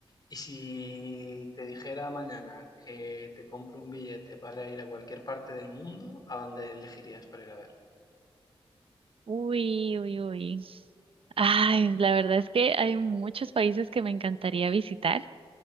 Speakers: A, on the left; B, on the right.
A: Y si te dijera mañana que te compro un billete para ir a cualquier parte del mundo, ¿a dónde elegirías para ir a ver?
B: Uy, uy, uy. Ay, la verdad es que hay muchos países que me encantaría visitar,